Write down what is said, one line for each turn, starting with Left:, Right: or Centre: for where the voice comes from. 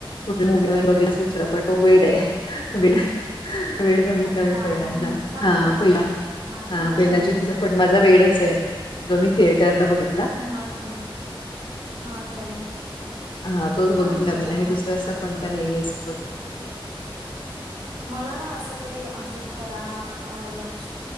Left: कुठली मूवी बघितली तो वेड आहे वेड. वेळ बघितला
Right: अच्छा
Left: मी पहिल्यांदा.
Right: हम्म छान
Left: हा
Right: आहे
Left: पहिला हा
Right: छान
Left: पहिला
Right: आहे मूवी
Left: चित्रप
Right: ते
Left: पट
Right: हम्म
Left: माझा वेडच आहे. जो मी थिएटरला बघित
Right: हा काय. हा काय.
Left: हा तोच
Right: छान
Left: बघितला
Right: होता
Left: मी.
Right: तो
Left: आणि दुसरा असा कोणता नाहीे अस बघितला.
Right: मला ना अस ते अशोक सराफ अ लक